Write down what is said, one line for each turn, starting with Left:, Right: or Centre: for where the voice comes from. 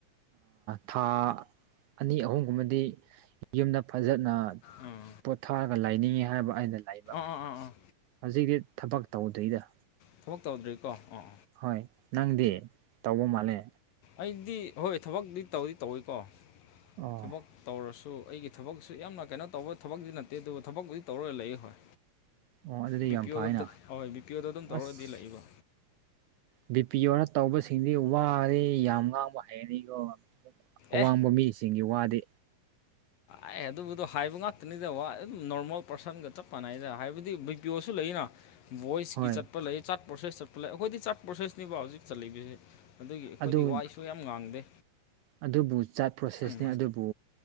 Right: ꯊꯥ ꯑꯅꯤ ꯑꯍꯨꯝꯒꯨꯝꯕꯗꯤ ꯌꯨꯝꯗ ꯐꯖꯅ
Left: ꯎꯝ
Right: ꯄꯣꯊꯥꯔꯒ ꯂꯩꯥꯏꯅꯤꯡꯉꯤ ꯍꯥꯏꯕ ꯑꯩꯅ ꯂꯥꯏ
Left: ꯑꯥ ꯑꯥ ꯑꯥ
Right: ꯍꯧꯖꯤꯛꯇꯤ ꯊꯕꯛ ꯇꯧꯗ꯭ꯣꯏꯗ
Left: ꯊꯕꯛ ꯇꯧꯗ꯭ꯔꯤꯀꯣ ꯑꯣ
Right: ꯍꯣꯏ ꯅꯪꯗꯤ ꯇꯧꯕ ꯃꯥꯜꯂꯦ
Left: ꯑꯩꯗꯤ ꯍꯣꯏ ꯊꯕꯛꯇꯗꯤ ꯇꯧꯗꯤ ꯇꯧꯋꯤꯀꯣ
Right: ꯑꯣ
Left: ꯊꯕꯛ ꯇꯧꯔꯁꯨ ꯑꯩꯒꯤ ꯊꯕꯛꯁꯨ ꯌꯥꯝꯅ ꯀꯩꯅꯣ ꯇꯧꯕ ꯊꯕꯛꯇꯗꯤ ꯅꯠꯇꯦ ꯑꯗꯨꯕꯨ ꯊꯕꯛꯄꯨꯗꯤ ꯇꯧꯔꯒ ꯂꯩ ꯍꯣꯏ
Right: ꯑꯣ ꯑꯗꯨꯗꯤ
Left: ꯕꯤ
Right: ꯌꯥꯝ
Left: ꯄꯤ
Right: ꯐꯩꯅ
Left: ꯑꯣꯗ ꯍꯣꯏ ꯕꯤ ꯄꯤ ꯑꯣꯗ ꯑꯗꯨꯝ ꯇꯧꯔꯒꯗꯤ
Right: ꯑꯁ
Left: ꯂꯥꯛꯏꯕ
Right: ꯕꯤ ꯄꯤ ꯑꯣꯅ ꯇꯧꯕꯁꯤꯡꯗꯤ ꯋꯥꯔꯦ ꯌꯥꯝ ꯉꯥꯡꯕ ꯍꯩꯔꯀꯣ ꯑꯋꯥꯡꯕ
Left: ꯑꯦ
Right: ꯃꯤꯁꯤꯡꯒꯤ ꯋꯥꯗꯤ
Left: ꯑꯦ ꯑꯗꯨꯕꯨꯗꯣ ꯍꯥꯏꯕ ꯉꯥꯛꯇꯅꯤꯗ ꯋꯥ ꯑꯗꯨꯝ ꯅꯣꯔꯃꯦꯜ ꯄꯥꯔꯁꯟꯒ ꯆꯞ ꯃꯥꯟꯅꯩꯗ ꯍꯥꯏꯕꯗꯤ ꯕꯤ ꯄꯤꯌ ꯑꯣꯁꯨ ꯂꯩꯅ ꯚꯣꯏꯁꯀꯤ
Right: ꯍꯣꯏ
Left: ꯆꯠꯄ ꯂꯩ ꯆꯥꯠ ꯄ꯭ꯔꯣꯁꯦꯁ ꯆꯠꯄ ꯂꯩ ꯑꯩꯈꯣꯏꯗꯤ ꯆꯥꯠ ꯄ꯭ꯔꯣꯁꯦꯁꯅꯦꯕ ꯍꯧꯖꯤꯛ ꯆꯠꯂꯤꯕꯁꯦ ꯑꯗꯨꯒꯤ ꯑꯩꯈꯣꯏꯗꯤ
Right: ꯑꯗꯨ
Left: ꯋꯥꯏꯁꯨ ꯌꯥꯝ ꯉꯥꯡꯗꯦ
Right: ꯑꯗꯨꯕꯨ ꯆꯥꯠ ꯄ꯭ꯔꯣꯁꯦꯁꯅꯤ
Left: ꯎꯝ
Right: ꯑꯗꯨꯕꯨ